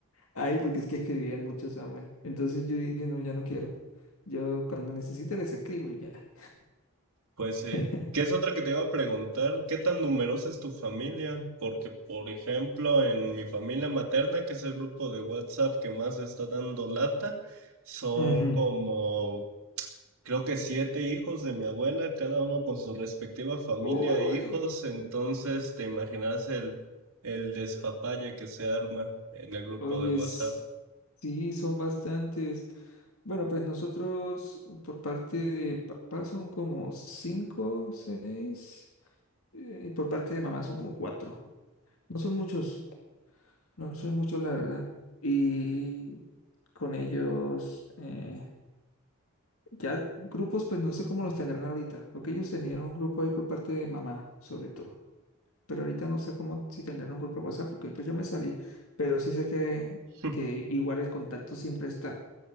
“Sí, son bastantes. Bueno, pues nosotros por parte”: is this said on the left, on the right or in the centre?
Left